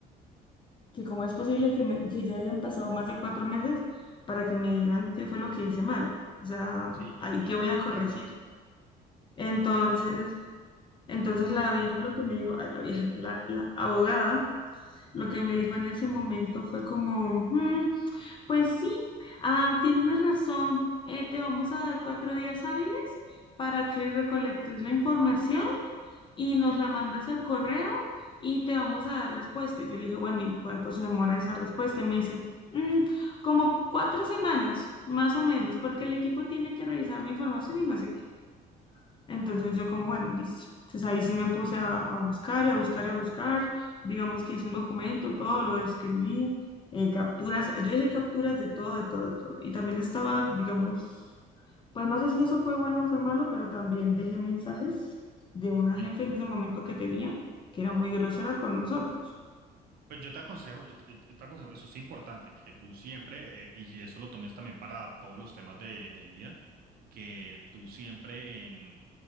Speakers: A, on the left; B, on the right.
A: que cómo es posible que, me- que ya hayan pasado más de cuatro meses para que me digan qué fue lo que hice mal. O sea,
B: Sí, sí,
A: ahí
B: totalmente
A: qué voy a corregir.
B: de acuerdo. Sí,
A: Entonces,
B: no, no.
A: entonces la vieja lo que me dijo, ay, la vieja, la, la abogada Lo que me dijo en ese momento fue como, "Mm, pues sí, ah, tienes razón, eh, te vamos a dar cuatro días hábiles para que recolectes la información y nos la mandas al correo y te vamos a dar respuesta. Y Yo le dije, bueno, ¿y cuánto se demora esa respuesta? Y me dice, "Mm, como cuatro semanas, más o menos, porque el equipo tiene que revisar la información y no sé qué. Entonces yo como, bueno, listo. Entonces ahí sí me puse a, a buscar y a buscar y a buscar. Digamos que hice un documento, todo lo escribí, eh, capturas, yo dije capturas de todo, de todo, de todo. Y también estaba, digamos, pues no sé si eso fue bueno o fue malo, pero también dejé mensajes de una
B: Sí.
A: jefe en ese momento que tenía, que era muy grosera con nosotros.
B: Pues yo te aconsejo, yo, yo- yo te aconsejo, eso es importante, que tú siempre, eh, y eso lo tomes también para todos los temas de, de vida, que tú siempre en,